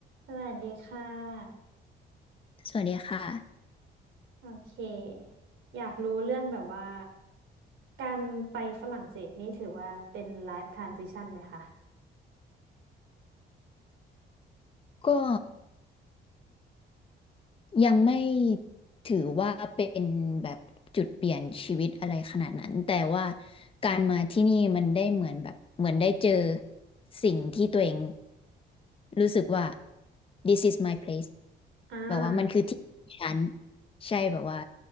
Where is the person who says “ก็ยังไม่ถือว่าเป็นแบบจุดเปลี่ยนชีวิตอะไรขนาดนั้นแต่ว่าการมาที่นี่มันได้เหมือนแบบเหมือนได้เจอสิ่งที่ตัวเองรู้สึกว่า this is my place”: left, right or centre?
Left